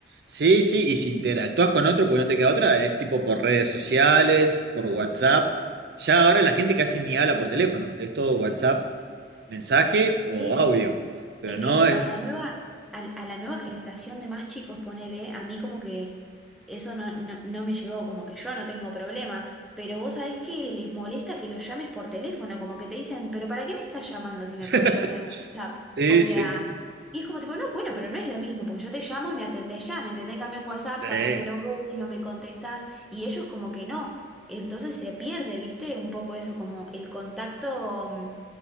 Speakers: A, on the right; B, in the centre.
A: Sí, sí, y si interactúas con otro, pues no te queda otra, es tipo por redes sociales, por WhatsApp. Ya ahora la gente casi ni habla por teléfono, es todo WhatsApp, mensaje o
B: Sí,
A: audio, pero
B: es
A: no
B: que
A: es...
B: a la nueva, a, a la nueva generación de más chicos, ponele, a mí como que eso no, no, no me llegó, como que yo no tengo problema, pero vos sabés que les molesta que los llames por teléfono, como que te dicen, pero ¿para qué me estás llamando si me
A: <laughs>
B: podés mandar un WhatsApp?
A: Sí,
B: O sea,
A: sí, sí.
B: y es como tipo, no, bueno, pero no es lo mismo, porque yo te llamo y me atendés ya, me entendés, En cambio un WhatsApp,
A: Sí,
B: capaz que lo ves, no me contestás, y ellos como que no. Entonces se pierde, ¿viste? Un poco eso, como el contacto mm,